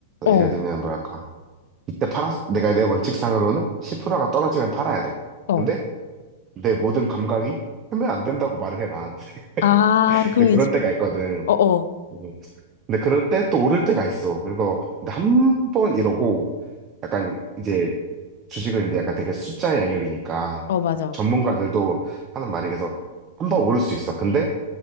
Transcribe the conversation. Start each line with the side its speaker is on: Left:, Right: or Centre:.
Left: 어,
Right: 예를 들면, 뭐랄까. 이때 팔았, 내가 내 원칙상으로는 10%가 떨어지면 팔아야 돼.
Left: 어.
Right: 근데 내 모든 감각이 하면 안 된다고 말을 해, 나한테.
Left: 아,
Right: <laughs> 근데
Left: 그럼
Right: 그럴
Left: 이제,
Right: 때가 있거든.
Left: 어, 어.
Right: 음. 근데 그럴 때 또 오를 때가 있어. 그래서 근데 한 번 이러고 약간 이제 주식은 이제 약간 되게 숫자의 영역이니까
Left: 어, 맞아.
Right: 전문가들도 하는 말이 그래서 한 번 오를 수 있어. 근데